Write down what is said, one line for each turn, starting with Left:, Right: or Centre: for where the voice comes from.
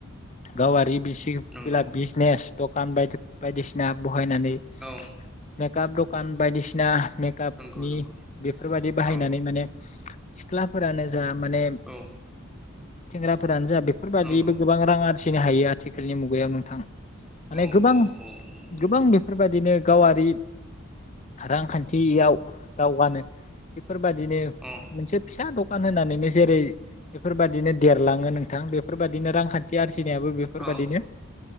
Left: गावारि बि सि
Centre: नंगौ
Left: बेला बिजनेस दखान बाय-बायदिसिना ब हायनानैै
Centre: औ
Left: मेकाप दखान बायदिसिना मेकापनि
Centre: नंगौ नंगौ
Left: बेफोरबादि बाहायनानै
Centre: औ
Left: माने सिख्लाफोरानो जा माने
Centre: औ
Left: सेंग्राफोरानो जा बे फोरबादियैबो
Centre: नंगौ
Left: गोबां रां आर जिनो हायो आथिखालनि मुगायाव नोंथां। माने
Centre: औ
Left: गोबां
Centre: औ नंगौ
Left: गोबां
Centre: नंगौ
Left: बेफोरबायदिनो
Centre: औ
Left: गावारि रांखान्थियाव दावगानो बेफोरबादिनो
Centre: औ
Left: मोनसे फिसा द खान होनानैनो जेरै बेफोरबादिनो देरलाङो नोंथां बेफोरबादिनो रांखान्थि आर जिनायाबो बेफोरबादिनो
Centre: औ